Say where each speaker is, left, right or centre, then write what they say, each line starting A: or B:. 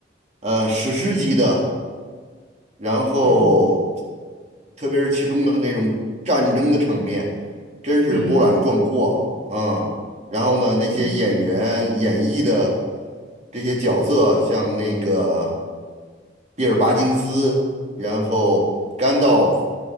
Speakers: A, on the right (about 40°); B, on the right (about 65°).
A: 呃史诗级的。然后
B: 嗯
A: 特别是其中的那种战争的场面，真是波澜壮阔啊。
B: 嗯
A: 然后呢，那些演员演绎的
B: 嗯
A: 这些角色，像那个比尔·巴金斯，然后甘道夫，